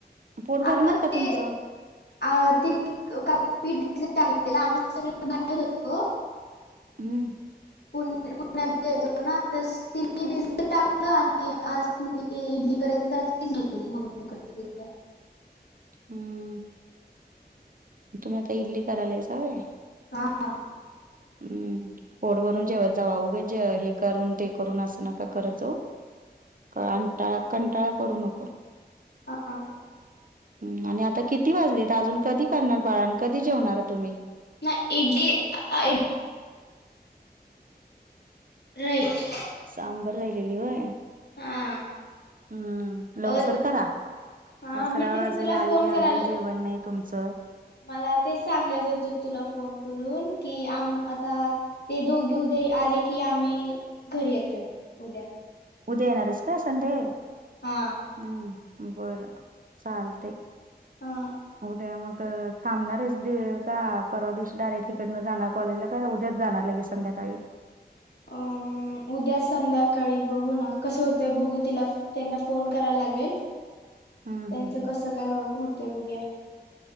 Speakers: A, on the right (about 50°); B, on the left (about 70°).
A: पोट
B: अगं
A: भरणार
B: ते
A: का तुमचं.
B: अ तिने का पीठ <inaudible> टाकले आम् सग बाहेर होतो
A: हम्म,
B: पु पुण्यात <inaudible> गतो ना तर ति टाकलं आणि <inaudible> आज म्हणजे इडली करायचिली म क <inaudible> आहे
A: हम्म, तुम्ही आता इडली करायलायसा होय.
B: हा हा,
A: हम्म, पोट भरून जेवत जावा उगाच जेव हे करून ते करून अस नका करत जाऊ. कंटाळा कंटाळा करू नको.
B: हा
A: हम, आणि आता किती वाजलेत अजून कधी करणार बाळाण कधी जेवणारा तुम्ही.
B: ना इडली आ इ, रईट.
A: सांबर राहिलेली वय.
B: हा,
A: हम्म, लवकर
B: अ
A: करा
B: हा
A: अकरा
B: मी ते
A: वाजायला
B: तुला
A: आले
B: फोन करायला
A: अजून जेवण नाही. तुमचं.
B: मला तेच सांगायचं होत तुला फोन करून कि आम आता. ते दोघी उद्या आले की आम्ही घरी येतोय उद्या.
A: उदय येणार आहेस का संडे.
B: हा,
A: हम, बरं चालते
B: हा
A: उद्या मग. थांबणार आहेच दे का परवा दिवशी डायरेक्ट इकडनं जाणार कॉलेजला का उद्याच जाणार लगे संध्याकाळी.
B: अ उद्या संध्याकाळी बघू ना कसं होत बघू तिला फोन. त्यांना फोन करा लागेल त्यांचं
A: हम्म हम्म
B: कस काय हो होतय बघ्या.